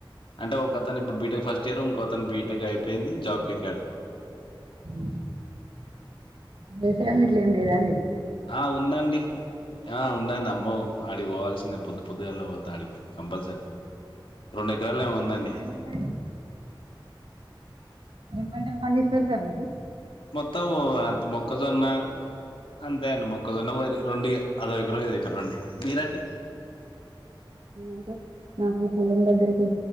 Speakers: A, on the left (about 80°); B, on the right (about 75°).
A: అంటే ఒక అతను ఇప్పుడు బీటెక్ ఫస్ట్ ఇయర్ ఇంకో అతను బీటెక్ అయిపోయింది జాబ్కి ఎక్కాడు
B: మ్ వ్యవసాయం గిట్ల ఏం లేదా అండి
A: ఆ ఉందండి ఆ ఉందండి అమ్మఓ అడిక్ పోవాల్సిందే పొద్దు పొద్దుగాళనే పోతా ఆడికి కంపల్సరీ రెండు ఎకరాలేమో ఉందండి
B: పండిస్తారండి మరి ఏం పంటలు పండిస్తర్ సార్ మరి
A: మొత్తం అంత మొక్కజొన్న అంతే అండి మొక్కజోన్న వరి రెండు ఇగ అదో ఎకరం ఇదో ఎకరం అండి మీరండి
B: అంటే నాకు పూలం దగ్గరికి